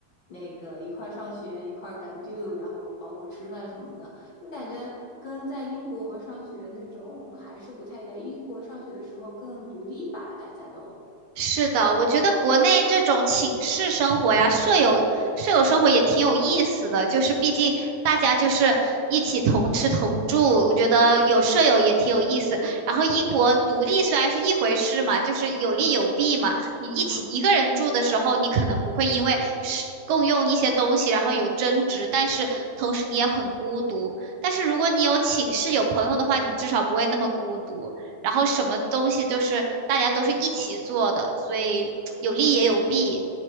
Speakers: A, on the left; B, on the right.
A: 那个一块儿上学、一块儿赶 due，然后包括吃饭什么的，就感觉跟在英国上学那种还是不太一样。英国上学的时候更独立吧，大家都。
B: 是的，我觉得国内这种寝室生活呀，舍友舍友生活也挺有意思的，就是毕竟大家就是一起同吃同住，我觉得有舍友也挺有意思。然后英国独立虽然是一回事嘛，就是有利有弊嘛。你一起一个人住的时候，
A: 嗯，
B: 你可能不会因为是共用一些东西然后有争执，但是同时你也很孤独。但是如果你有寝室有朋友的话，你至少不会那么孤独。然后什么东西都是大家都是一起做的，所以有利也有弊。
A: 对。